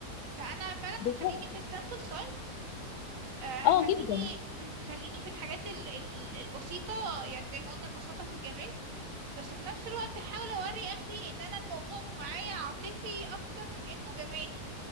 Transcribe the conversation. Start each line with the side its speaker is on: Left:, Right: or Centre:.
Right: فانا فعلا
Left: بالظبط
Right: هخليني في السامبل سايز هخليني
Left: اه جدا
Right: مم، خليني في الحاجات ال- ال- البسيطة يعني زي ما قلنا البساطة في الجمال بس في نفس الوقت هحاول اوري اهلي ان انا الموضوع معايا عاطفي اكتر من انه جمالي